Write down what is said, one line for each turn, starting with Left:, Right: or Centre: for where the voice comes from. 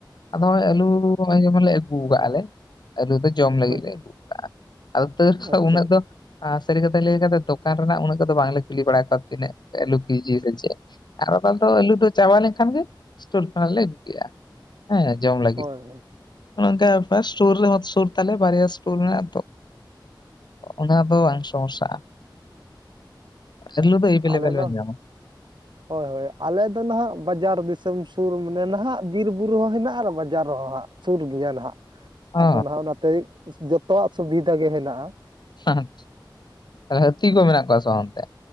Left: ᱟᱫᱚ ᱦᱚᱸᱜᱼᱚᱭ ᱟᱹᱞᱩ ᱦᱚᱸᱜᱼᱚᱭ ᱡᱮᱢᱚᱱ ᱞᱮ ᱟᱹᱜᱩ ᱠᱟᱜᱼᱟ ᱞᱮ᱾ ᱟᱹᱞᱩ ᱫᱚ ᱡᱚᱢ ᱞᱟᱹᱜᱤᱫ
Right: ᱟᱪ-
Left: ᱞᱮ ᱟᱹᱜᱩ ᱠᱟᱜᱼᱟ। ᱟᱫᱚ ᱛᱟᱣ
Right: ᱟᱪᱪᱷᱟ
Left: ᱩᱱᱟᱹᱜ ᱫᱚ ᱟᱨ ᱥᱟᱹᱨᱤ ᱠᱟᱛᱷᱟᱧ ᱞᱟᱹᱭ ᱟᱠᱟᱫᱟ, ᱫᱚᱠᱟᱱ ᱨᱮᱱᱟᱜ ᱩᱱᱟᱹᱜ ᱠᱚᱫᱚ ᱵᱟᱝᱞᱮ ᱠᱩᱞᱤ ᱵᱟᱲᱟ ᱠᱚᱣᱟ ᱛᱤᱱᱟᱹᱜ ᱟᱹᱞᱩ ᱠᱤ ᱡᱤ ᱨᱮ ᱪᱮᱫ? ᱟᱨ ᱚᱱᱟ ᱫᱚ ᱟᱹᱞᱩ ᱫᱚ ᱪᱟᱵᱟ ᱞᱮᱱᱠᱷᱟᱱ ᱜᱮ ᱥᱴᱳᱨ ᱠᱷᱚᱱᱟᱜ ᱞᱮ ᱟᱹᱜᱩ ᱠᱮᱜᱼᱟ। ᱦᱮᱸ ᱡᱚᱢ ᱞᱟᱹᱜᱤᱫ,
Right: ᱦᱳᱭ ᱦᱳᱭ
Left: ᱱᱚᱝᱠᱟ ᱵᱮᱯᱟᱨ ᱥᱩᱨ ᱨᱮ ᱦᱚ ᱥᱩᱨ ᱛᱟᱞᱮ ᱵᱟᱨᱭᱟ ᱤᱥᱚᱴᱚᱨ ᱢᱮᱱᱟᱜ ᱛᱚ, ᱚᱱᱟ ᱫᱚ ᱵᱟᱝ ᱥᱚᱢᱚᱥᱟ-ᱟ ᱟᱹᱞᱩ ᱫᱚ ᱮᱭᱵᱤᱞᱮᱵᱮᱞ
Right: ᱟᱞᱮ ᱫᱚ
Left: ᱵᱮᱱ ᱧᱟᱢᱟ ᱾
Right: ᱦᱳᱭ ᱦᱳᱭ ᱟᱞᱮ ᱫᱚ ᱱᱟᱦᱟᱜ ᱵᱟᱡᱟᱨ ᱫᱤᱥᱚᱢ ᱥᱩᱨ ᱢᱟᱱᱮ ᱱᱟᱦᱟᱜ ᱵᱤᱨ ᱵᱩᱨᱩ ᱦᱚᱸ ᱦᱮᱱᱟᱜ ᱟᱨ ᱵᱟᱡᱟᱨ ᱨᱮᱦᱚᱸ ᱦᱟᱸᱜ ᱾ ᱥᱩᱨ ᱜᱮᱭᱟ ᱱᱟᱦᱟᱜ ᱟᱫᱚ
Left: ᱚ
Right: ᱱᱟᱦᱟᱜ ᱚᱱᱟᱛᱮ ᱡᱚᱛᱚᱣᱟᱜ ᱥᱩᱵᱤᱫᱷᱟ ᱜᱮ ᱦᱮᱱᱟᱜ-ᱟ ᱾
Left: ᱟᱦ ᱟᱨ ᱦᱟᱹᱛᱤ ᱠᱚ ᱢᱮᱱᱟᱜ ᱠᱚᱣᱟ ᱥᱮ ᱵᱟᱝ ᱚᱱᱛᱮ?